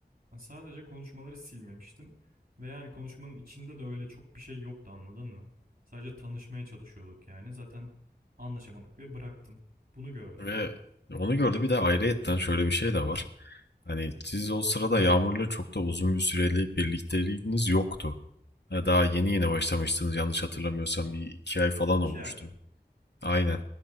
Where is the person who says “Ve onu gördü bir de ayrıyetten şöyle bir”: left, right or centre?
Left